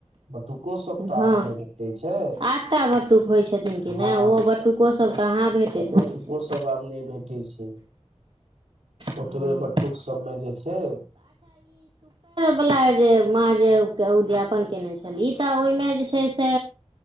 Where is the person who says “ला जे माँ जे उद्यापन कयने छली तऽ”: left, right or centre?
Right